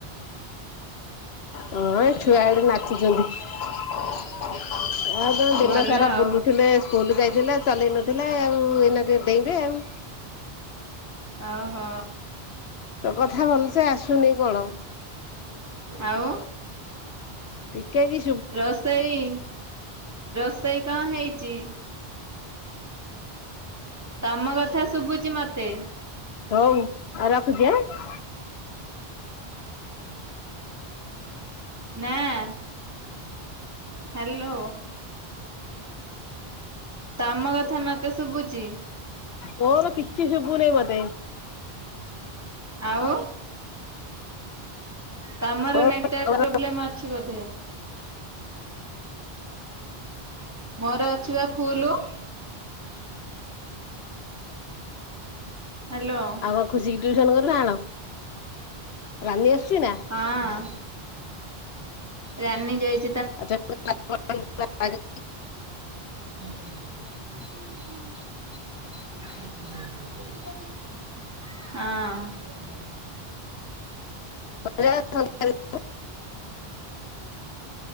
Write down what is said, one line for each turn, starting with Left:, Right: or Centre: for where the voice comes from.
Left: ହଁ ଏ ଛୁଆ ଏଠି ନାଚୁଛନ୍ତି। ଆଉ କଁ ଦିନ
Right: ଭଲ
Left: ସାରା
Right: ଆଉ
Left: ବୁଲୁଥିଲେ। ସ୍କୁଲ ଯାଇଥିଲେ ଆଉ ଚଲେଇ ନଥିଲେ ଆଉ ଏଇନା ଟିକେ ଡେଇଁବେ ଆଉ।
Right: ଅ ହ।
Left: ତୋ କଥା ଭଲ ସେ ଆସୁନେଇ କଣ।
Right: ଆଉ।
Left: ଟିକେ କି।
Right: ରୋଷେଇ ରୋଷେଇ କଁ ହେଇଛି। ତମ କଥା ଶୁଭୁଛିି ମତେ।
Left: ହଉ ଆଉ ରଖୁଛି ଆଁ।
Right: ନାଁ। ହାଲୋ ତମ କଥା। ମତେ ଶୁଭୁଚି
Left: ତୋର କିଛି ଶୁଭୁ ନେଇ ମତେ।
Right: ଆଉ। ତମର
Left: ଆଉ
Right: ନେଟୱାର୍କ ପ୍ରୋବ୍ଲେମ ଅଛି ବୋଧେ। ମୋର ଅଛି ବା ଫୁଲୁ। ହାଲୋ।
Left: ହଁ ଖୁସିି କି ଟ୍ୟୁସନ କଲୁ ନା କଣ ରାନି ଆସୁଛି ନା।
Right: ହଁ ରାନୀ ଯାଇଛି।
Left: <unintelligible>
Right: <unintelligible> ହଁ।
Left: <unintelligible>